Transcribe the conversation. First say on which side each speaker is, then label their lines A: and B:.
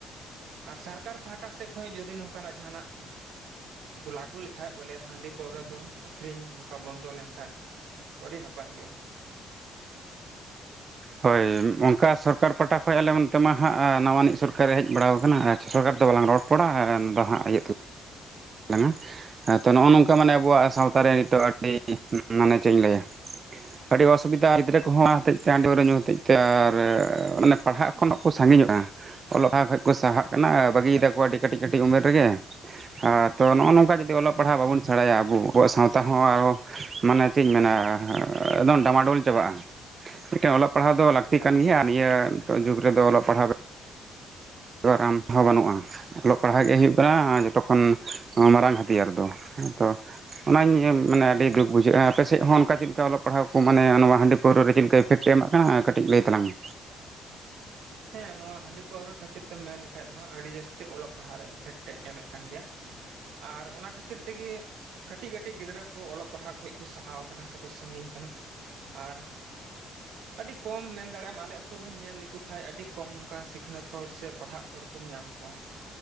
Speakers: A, on the right; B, on the right.
A: ᱟᱨ ᱥᱚᱨᱠᱟᱨ ᱯᱟᱦᱴᱟ ᱥᱮᱫ ᱠᱷᱚᱱ ᱡᱚᱫᱤ ᱱᱚᱝᱠᱟᱱᱟᱜ ᱡᱟᱦᱟᱱᱟᱜ ᱠᱚ ᱟᱹᱜᱩ ᱞᱮᱠᱷᱟᱡ ᱵᱚᱞᱮ ᱦᱟᱺᱰᱤ ᱯᱟᱹᱣᱨᱟᱹ ᱫᱚ ᱟᱹᱠᱷᱨᱤᱧ ᱱᱚᱝᱠᱟ ᱵᱚᱱᱫᱚ ᱞᱮᱱᱠᱷᱟᱡ ᱟᱹᱰᱤ ᱱᱟᱯᱟᱭ ᱦᱩᱭᱩᱜᱼᱟ
B: ᱦᱳᱭ ᱚᱝᱠᱟ ᱥᱚᱨᱠᱟᱨ ᱯᱟᱦᱟᱴᱟ ᱠᱷᱚᱱᱚᱡ ᱟᱞᱮ ᱚᱱᱛᱮᱢᱟ ᱦᱟᱸᱟᱜ ᱱᱟᱣᱟᱱᱤᱡ ᱥᱚᱨᱠᱟᱨᱮ ᱦᱮᱡ ᱵᱟᱲᱟᱟᱣ ᱟᱠᱟᱱᱟ ᱟᱨ ᱥᱚᱨᱠᱟᱨ ᱫᱚ ᱵᱟᱞᱟᱝ ᱨᱚᱲᱯᱚᱲᱟ ᱚᱱᱟ ᱫᱚ ᱦᱟᱸᱜ ᱤᱭᱟᱹᱜ ᱛᱮ ᱠᱟᱱᱟ,
A: ᱦᱩᱸ ᱦᱩᱸ
B: ᱦᱮᱸ ᱛᱚ ᱱᱚᱜᱼᱚ ᱱᱚᱝᱠᱟ ᱢᱟᱱᱮ ᱟᱵᱚᱣᱟᱜ ᱥᱟᱶᱛᱟ ᱨᱮ ᱱᱤᱛᱚᱜ <unintelligible> ᱢᱟᱱᱮ ᱪᱮᱫ ᱤᱧ ᱞᱟᱹᱭᱟ ᱟᱹᱰᱤ ᱚᱥᱩᱵᱤᱫᱟ ᱜᱤᱫᱽᱨᱟᱹ ᱠᱚᱦᱚᱸ ᱦᱚᱛᱮᱡ ᱛᱮ ᱦᱟᱺᱰᱤ ᱯᱟᱹᱣᱨᱟᱹ ᱧᱩ ᱦᱚᱛᱮᱡ ᱛᱮ ᱟᱨ ᱢᱟᱱᱮ ᱯᱟᱲᱦᱟᱜ ᱠᱷᱚᱱᱚᱱᱟᱜ ᱠᱚ ᱥᱟᱺᱜᱤᱧᱚᱜᱼᱟ ᱚᱞᱚᱜ ᱯᱟᱲᱦᱟᱜ ᱠᱷᱚᱡ ᱠᱚ ᱥᱟᱦᱟᱜ ᱠᱟᱱᱟ ᱵᱟᱹᱜᱤᱭᱮᱫᱟᱠᱚ
A: ᱮᱠᱟᱞ ᱮᱠᱟᱞ
B: ᱟᱰᱤ ᱠᱟᱹᱴᱤᱡ ᱠᱟᱹᱴᱤᱡ ᱩᱢᱮᱨ ᱨᱮᱜᱮ, ᱟᱻ ᱛᱚ ᱱᱚᱜᱼᱚ ᱱᱚᱝᱠᱟ ᱡᱩᱤ ᱚᱞᱚᱜ ᱯᱟᱲᱦᱟᱣ ᱵᱟᱵᱚᱱ
A: ᱦᱩᱸ ᱦᱩᱸ
B: ᱥᱮᱬᱟᱭᱟ ᱟᱵᱚ ᱟᱵᱚᱣᱟᱜ ᱥᱟᱶᱛᱟ ᱦᱚᱸ ᱟᱨᱚ ᱢᱟᱱᱮ ᱪᱮᱫ ᱤᱧ ᱢᱮᱱᱟ ᱮᱠᱫᱚᱢ ᱰᱟᱢᱟᱰᱳᱞ ᱪᱟᱵᱟᱜᱼᱟ ᱢᱤᱫᱴᱮᱱ ᱚᱞᱚᱜ ᱯᱟᱲᱦᱟᱣ ᱫᱚ ᱞᱟᱹᱠᱛᱤ
A: ᱮᱠᱟᱞ
B: ᱠᱟᱱ
A: ᱮᱠᱟᱞ
B: ᱜᱮᱭᱟ, ᱱᱤᱭᱟᱹ ᱱᱤᱛᱳᱜ ᱡᱩᱜᱽ ᱨᱮᱫᱚᱟᱲ ᱫᱚ ᱚᱞᱚᱜ ᱯᱟᱲᱦᱟᱣ ᱫᱚ ᱨᱟᱱ ᱦᱚᱸ ᱵᱟᱹᱱᱩᱜᱼᱟ, ᱚᱞᱚᱜ ᱯᱟᱲᱦᱟᱜ ᱜᱮ ᱦᱩᱭᱩᱜ ᱠᱟᱱᱟ ᱡᱚᱛᱚ ᱠᱷᱚᱱᱚᱱ ᱢᱟᱨᱟᱝ ᱦᱟᱹᱛᱭᱟᱨ ᱫᱚ ᱛᱚ ᱚᱱᱟᱧ
A: ᱮᱠᱟᱞ
B: ᱢᱟᱱᱮ
A: ᱮᱠᱟᱞ
B: ᱟᱹᱰᱤ ᱫᱩᱠ ᱵᱩᱡᱷᱟᱹᱜᱼᱟ ᱟᱯᱮ ᱥᱮᱫ ᱦᱚᱸ ᱚᱱᱠᱟ ᱪᱮᱫ ᱞᱮᱠᱟ ᱚᱞᱚᱜ ᱯᱟᱲᱦᱟᱣ ᱠᱚ ᱢᱟᱱᱮ ᱱᱚᱣᱟ ᱦᱟᱺᱰᱤ ᱯᱟᱹᱣᱨᱟ ᱨᱮ ᱪᱮᱫ ᱞᱮᱠᱟ ᱤᱯᱷᱮᱠᱴᱮ ᱮᱢᱮᱜ ᱠᱟᱱᱟ ᱚᱱᱟ ᱠᱟᱹᱴᱤᱡ ᱞᱟᱹᱭ ᱛᱟᱞᱟᱝ ᱢᱮ
A: ᱦᱮᱸ ᱱᱚᱣᱟ ᱦᱟᱺᱰᱤ ᱯᱟᱹᱣᱨᱟᱹ ᱠᱷᱟᱹᱛᱤᱨ ᱛᱮᱢ ᱢᱮᱱ ᱞᱮᱠᱷᱟᱡ ᱫᱚᱦᱚ ᱟᱹᱰᱤ ᱡᱟᱹᱥᱛᱤ ᱚᱞᱚᱜ ᱯᱟᱲᱦᱟᱜ ᱨᱮ ᱮᱯᱷᱮᱠᱴᱮ ᱮᱢᱮᱫ ᱠᱟᱱ ᱜᱮᱭᱟ ᱟᱨ ᱚᱱᱟ ᱠᱷᱟᱛ ᱛᱤᱨ ᱛᱮᱜᱮ ᱠᱟᱹᱴᱤᱡ ᱠᱟᱹᱴᱤᱡ ᱜᱤᱫᱽᱨᱟᱹ ᱠᱚ ᱚᱞᱚᱜ ᱯᱟᱲᱦᱟᱜ ᱠᱷᱚᱱ ᱠᱚ ᱥᱟᱦᱟᱣ ᱟᱠᱟᱱᱟ ᱥᱮᱠᱚ ᱥᱟᱹᱜᱤᱧ ᱠᱟᱱᱟ ᱟᱨ ᱟᱹᱰᱤ ᱠᱚᱢ ᱢᱮᱱ ᱫᱟᱲᱮᱭᱟᱜ-ᱟᱢ ᱟᱞᱮ ᱟᱹᱛᱩ ᱨᱮᱦᱚᱸᱧ ᱧᱮᱞ ᱞᱮᱠᱚ ᱠᱷᱟᱡ ᱟᱹᱰᱤ ᱠᱚᱢ ᱱᱚᱝᱠᱟ ᱥᱤᱠᱷᱱᱟᱹᱛ ᱦᱚᱲ ᱥᱮ ᱯᱟᱲᱦᱟᱜ ᱦᱚᱲ ᱠᱚᱢ ᱧᱟᱢ ᱠᱚᱣᱟ